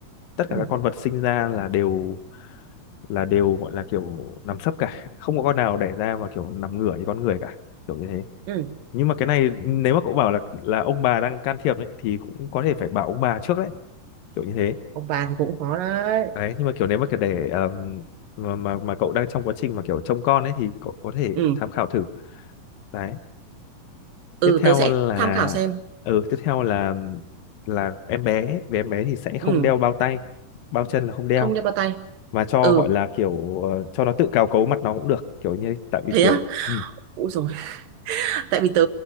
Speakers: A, on the left; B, on the right.
A: Tất
B: ừ
A: cả các con vật sinh ra là đều là đều gọi là kiểu nằm sấp cả, <laughs> không có con nào đẻ ra mà kiểu nằm ngửa như con người cả, kiểu như thế.
B: ừ
A: Nhưng mà cái này nếu mà cậu bảo là là ông bà đang can thiệp đấy thì cũng có thể phải bảo ông bà trước đấy, kiểu như thế.
B: ông bà thì cũng khó đấy
A: Đấy, nhưng mà kiểu nếu mà kiểu để ờm, mà, mà mà cậu đang trong quá trình mà kiểu trông con ấy thì cậu có thể
B: ừ
A: tham khảo thử. Đấy.
B: ừ
A: Tiếp theo
B: tớ sẽ
A: là
B: tham khảo xem
A: ừ tiếp theo là là em bé, về em bé thì sẽ không
B: ừ
A: đeo bao tay, bao chân là không đeo
B: không đem bao tay
A: mà cho
B: ừ
A: gọi là kiểu ờ, cho nó tự cào cấu mặt nó cũng được, kiểu như tại vì
B: thế
A: kiểu
B: á
A: ừ,
B: ui rồi <laughs> tại vì tớ